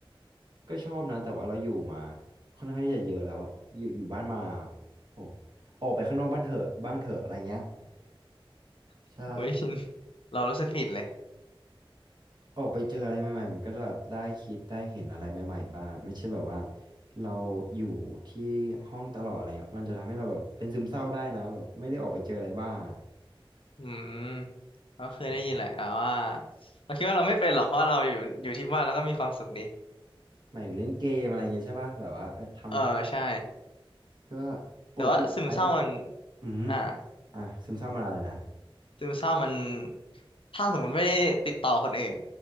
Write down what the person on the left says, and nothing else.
<laughs>
โอ้ <laughs> ยเรารู้สึกผิดเลย
อืมก็เคยได้ยินแหละแต่ว่า
เราคิดว่าเราไม่เป็นหรอกเพราะเราอยู่อยู่ที่บ้านแล้วก็มีความสุขดี
เออใช่
แต่ว่าซึมเศร้ามัน
อ่า
ซึมเศร้ามันถ้าสมมติไม่ได้ติดต่อคนอื่น